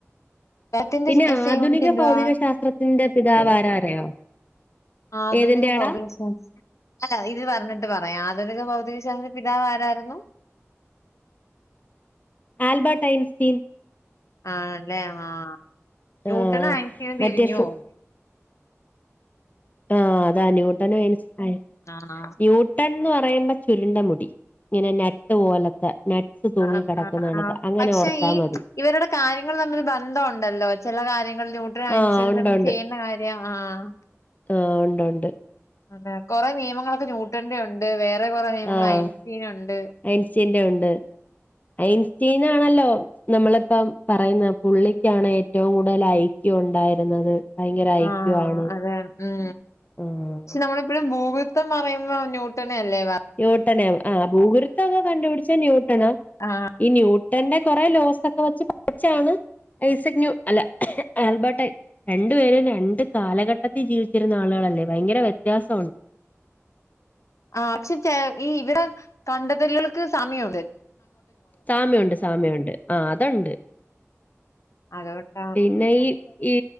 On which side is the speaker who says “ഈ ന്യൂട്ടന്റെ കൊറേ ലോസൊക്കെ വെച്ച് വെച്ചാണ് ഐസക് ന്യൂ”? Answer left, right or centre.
Left